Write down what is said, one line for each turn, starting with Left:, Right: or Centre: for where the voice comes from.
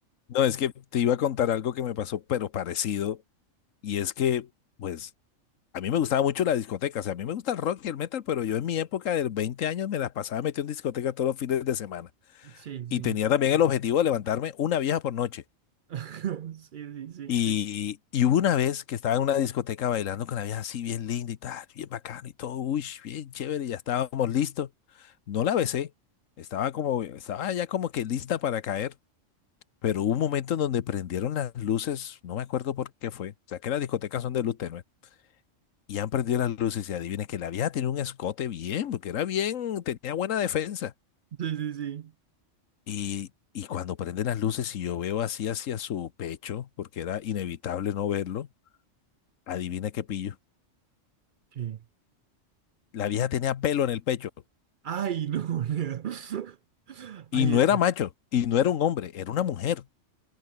Left: no, es que te iba a contar algo que me pasó, pero parecido. Y es que, pues, a mí me gustaba mucho la discoteca. O sea, a mí me gusta el rock y el metal, pero yo en mi época de 20 años me las pasaba metido en discoteca todos los fines de semana.
Right: Sí, sí.
Left: Y tenía también el objetivo de levantarme una vieja por noche.
Right: <laughs> Sí, sí, sí,
Left: Y,
Right: sí.
Left: y hubo una vez que estaba en una discoteca bailando con la vieja así bien linda y tal, bien bacano y todo, uy, bien chévere, ya estábamos listos. No la besé, estaba como, estaba ya como que lista para caer, pero hubo un momento en donde prendieron las luces, no me acuerdo por qué fue, o sea que las discotecas son de luz tenue, y han prendido las luces y adivina que la vieja tenía un escote bien, porque era bien, tenía buena defensa.
Right: Sí, sí, sí.
Left: Y, y cuando prenden las luces y yo veo así hacia su pecho, porque era inevitable no verlo, adivina qué pillo.
Right: ¿Qué?
Left: La vieja tenía pelo en el pecho
Right: Ay, no, Leo. <laughs>
Left: y
Right: Ay,
Left: no
Right: es-
Left: era macho y no era un hombre, era una mujer.